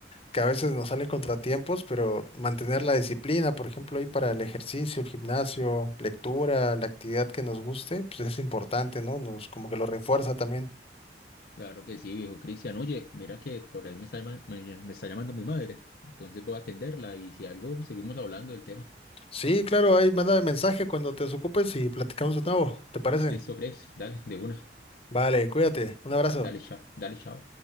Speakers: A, on the left; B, on the left.
A: que a veces nos salen contratiempos, pero mantener la disciplina, por ejemplo, ahí para el ejercicio, el gimnasio, lectura, la actividad que nos guste, pues es importante, ¿no? Nos como que lo refuerza también.
B: Claro que sí, viejo Cristian. Oye, mira que por ahí me está, llama- me, me está llamando mi madre. Entonces voy a atenderla y si algo, seguimos hablando del tema.
A: Sí, claro, ahí manda mensaje cuando te desocupes y platicamos de nuevo, ¿te parece?
B: Listo, Grace. Dale, de una.
A: Vale, cuídate, un abrazo.
B: Dale, chao. Dale, chao.